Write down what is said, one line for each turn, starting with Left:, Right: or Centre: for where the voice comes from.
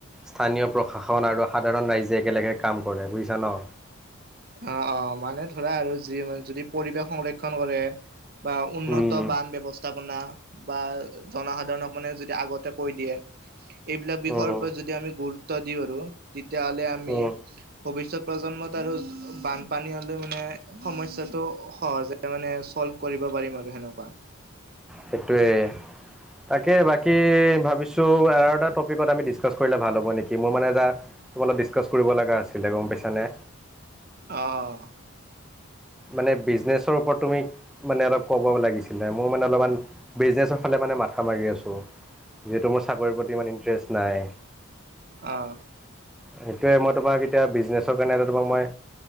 Centre: স্থানীয় প্ৰশাসন আৰু সাধাৰণ ৰাইজে একেলগে কাম কৰে বুজিছা ন
Right: অঁ অঁ মানে ধৰা আৰু যি যদি পৰিৱেশ সংৰক্ষণ কৰে বা উন্নত
Centre: উম
Right: বান ব্যৱস্থা- -পনা বা জনসাধাৰণক মানে যদি আগতে কৈ দিয়ে এইবিলাক বিষয়ৰ
Centre: উম
Right: ওপৰত যদি আমি গুৰুত্ব দিওঁ আৰু তেতিয়াহ'লে আমি
Centre: উম
Right: ভৱিষ্যত প্ৰজন্মত আৰু বানপানী হলে মানে সমস্যাটো সহজে মানে চল্ভ কৰিব পাৰিম আৰু সেনকা
Centre: সেইটোৱে তাকে বাকী ভাবিছো আৰু এটা টপিকত আমি ডিচকাছ কৰিলে ভাল হ'ব নেকি মোৰ মানে এটা তোমাৰ ডিছকাচ কৰিব লগা আছিলে গম পাইছানে
Right: অঁ অঁ
Centre: মানে বিজনেচৰ ওপৰত তুমি মানে অলপ ক'ব লাগিছিলে মোৰ মানে অলপমান বিজনেচৰ ফালে মানে মাথা মাৰি আছো যিহেতু মোৰ চাকৰিৰ প্ৰতি ইমান ইণ্টৰেষ্ট নাই
Right: অঁ
Centre: সেইটোৱে মই তোমাক এটা বিজনেচৰ কাৰণে মই